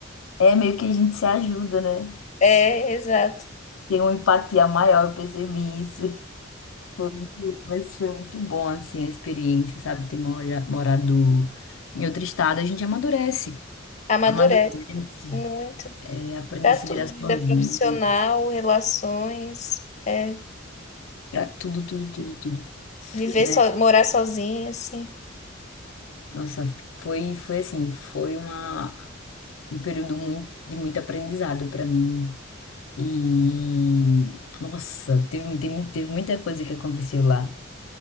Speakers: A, on the left; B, on the left.
A: é meio que a gente se ajuda, né?
B: É, exato.
A: Tem uma empatia maior, eu percebi isso. Foi muito, mas foi muito bom, assim, a experiência, sabe? Ter mora- morado em outro estado, a gente amadurece.
B: Amadurece
A: Amadurece,
B: muito.
A: é, aprende
B: Para
A: a se
B: tudo,
A: virar sozinho,
B: vida profissional,
A: né?
B: relações, é,
A: pra tudo, tudo, tudo, tudo,
B: viver
A: né?
B: so- morar sozinha, assim.
A: Nossa, foi, foi assim, foi uma, um período muito, de muito aprendizado para mim. E, nossa, teve, teve, teve muita coisa que aconteceu lá.